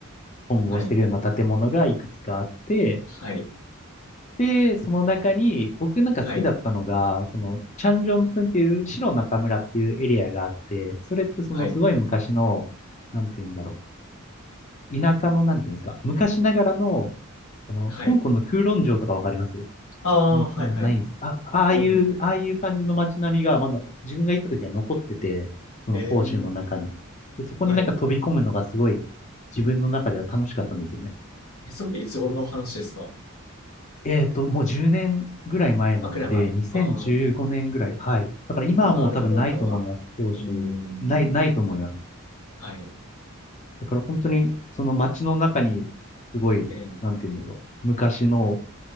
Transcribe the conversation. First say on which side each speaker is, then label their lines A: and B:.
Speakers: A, on the left (about 35°); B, on the left (about 85°).
A: 混合してるような建物がいくつかあって、
B: はい。はい。
A: で、その中に、僕なんか好きだったのが、
B: はい。
A: その、チャンジョンツンっていう、白中村っていうエリアがあって、それってそのすごい昔の、
B: はい。
A: なんて言うんだろう、田舎の、なんて言うんですか、昔ながらの、あの、
B: はい。
A: 香港の空論城とかわかります
B: ああ、はい。
A: もうないんです。
B: はい。
A: あ、ああいう、
B: うん。
A: ああいう感じの街並みがまだ自分が行った時は残ってて、その甲州の中に。
B: ええ
A: で、そこになんか飛び込むのがすごい
B: はい。
A: 自分の中では楽しかったんですよね。
B: えそれっていつ頃の話ですか
A: えっと、もう10年ぐらい前なので、
B: あ、くらい前。
A: 2015年ぐらい。
B: ああ、
A: はい。だから今はもう多分ないと思います。
B: 今あるかどうかは。
A: 甲州。
B: うーん。
A: ない、ないと思います。
B: はい。
A: だから本当にその街の中にすごい、
B: ええ
A: なんて言うんだろう。昔の